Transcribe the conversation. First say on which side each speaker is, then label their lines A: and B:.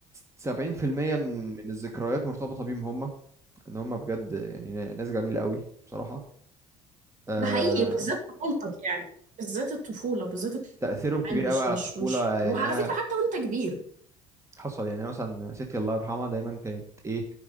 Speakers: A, on the right; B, on the right.
A: 70% من من الذكريات مرتبطه بيهم هم ان هم بجد يعني ناس جميله قوي بصراحه آه،
B: ده حقيقي بالذات طفولتك يعني بالذات الطفولة بالذات الطفولة
A: تأثيرهم
B: كمان
A: كبير
B: مش
A: قوي على
B: مش
A: الطفولة
B: مش وعلى
A: يعني أنا
B: فكرة حتى وانت كبير
A: حصل يعني أنا مثلا ستي الله يرحمها دايما كانت إيه